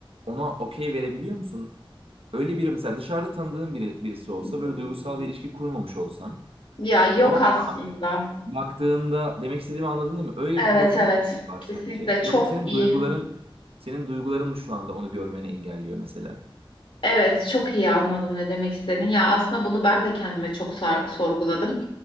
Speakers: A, on the right (about 85°); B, on the left (about 65°).
A: ona okey verebiliyor musun? Öyle biri mesela dışarıda tanıdığın biri, birisi
B: Hmm.
A: olsa böyle duygusal bir ilişki kurmamış olsan
B: Ya yok
A: o
B: aslında.
A: baktığında demek istediğimi anladın değil mi? Öyle bir
B: Evet
A: profil
B: evet
A: var
B: kesinlikle
A: sence? Yoksa
B: çok
A: senin
B: iyi.
A: duyguların senin duyguların mı şu anda onu görmeni engelliyor mesela?
B: Evet, çok iyi anladım ne demek istediğini. Ya aslında bunu ben de kendime çok sar- sorguladım.